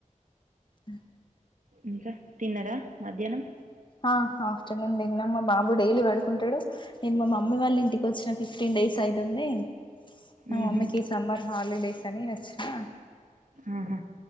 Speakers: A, on the left; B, on the right.
A: అ
B: ఇంక తిన్నరా మధ్యాహ్నం
A: ఆ ఆఫ్టర్నూన్ తిన్న మా బాబు డైలీ పడుకుంటడు నేను మా మమ్మీ వాళ్ళ ఇంటికి వచ్చిన ఫిఫ్టీన్ డేస్ అయితుంది మా
B: ఉహు
A: మమ్మీకి సమ్మర్ హాలిడేస్ అని వచ్చిన
B: ఆహా